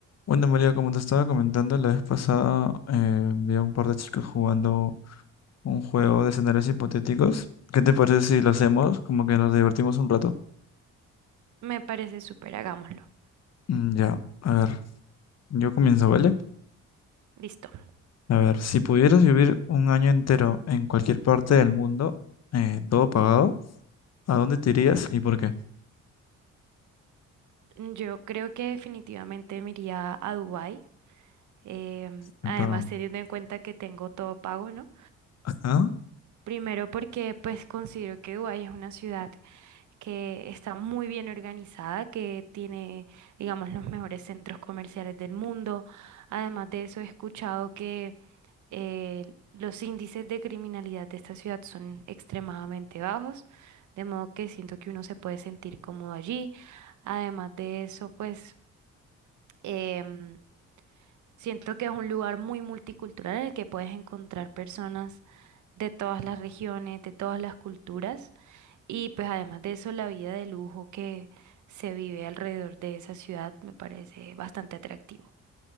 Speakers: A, on the left; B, on the right.
A: Bueno, María, como te estaba comentando la vez pasada, eh, vi a un par de chicos jugando un juego de escenarios hipotéticos. ¿Qué te parece si lo hacemos? Como que nos divertimos un rato.
B: Me parece súper, hagámoslo.
A: Mm, ya, a ver, yo comienzo, ¿vale?
B: Listo.
A: A ver, si pudieras vivir un año entero en cualquier parte del mundo, eh, todo pagado, ¿a dónde te irías y por qué?
B: Yo creo que definitivamente me iría a Dubái. em,
A: Bien
B: además,
A: pagado.
B: teniendo en cuenta que tengo todo pago, ¿no?
A: ¿Ah?
B: Primero porque pues considero que Dubái es una ciudad que está muy bien organizada, que tiene, digamos, los mejores centros comerciales del mundo. Además de eso, he escuchado que Eh, los índices de criminalidad de esta ciudad son extremadamente bajos, de modo que siento que uno se puede sentir cómodo allí. Además de eso, pues em, siento que es un lugar muy multicultural en el que puedes encontrar personas de todas las regiones, de todas las culturas. Y pues además de eso, la vida de lujo que se vive alrededor de esa ciudad me parece bastante atractivo.